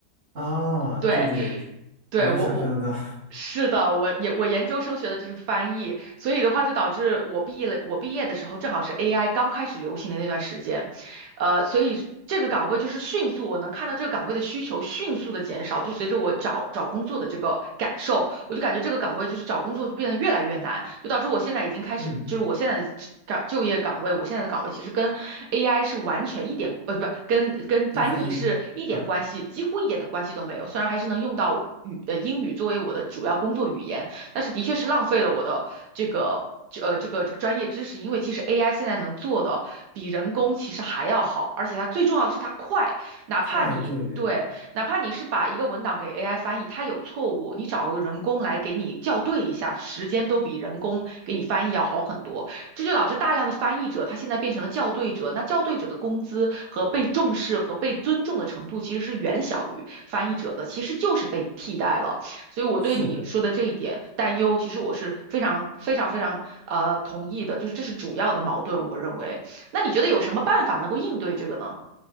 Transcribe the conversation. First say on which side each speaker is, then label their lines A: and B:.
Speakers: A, on the right (about 45°); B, on the right (about 70°).
A: 啊，
B: 对，
A: 对对，
B: 对，
A: 我能想象到，
B: 我我是的，我也我研究生学的就是翻译，所以的话就导致我毕业了，我毕业的时候正好是 AI 刚开始流行的那段时间，呃，所以这个岗位就是迅速，我能看到这个岗位的需求迅速的减少，就随着我找找工作的这个感受，我就感觉这个岗位就是找工作就变得越来越难，就导致我现在已经开始，
A: <laughs> 嗯，
B: 就是我现在的岗就业岗位，我现在的岗位其实跟 AI 是完全一点，呃，不，跟跟翻译是一点关系，
A: 跟翻译，嗯，
B: 几乎一点的关系都没有，虽然还是能用到。语呃英语作为我的主要工作语言，但是的确是浪费了我的这个。呃，这个这个专业知识，因为其实 AI 现在能做的比人工其实还要好，而且它最重要的是它快，哪怕你对，
A: 快，对对，
B: 哪怕你是把一个文档给 AI 翻译，它有错误，你找个人工来给你校对一下，时间都比人工给你翻译要好很多。这就导致大量的翻译者，他现在变成了校对者。那校对者的工资和被重视和被尊重的程度，其实是远小于翻译者的，其实就是被替代了。所以我对你说的这一点担忧，
A: 是的。
B: 其实我是非常非常非常呃同意的，就是这是主要的矛盾，我认为。那你觉得有什么办法能够应对这个呢？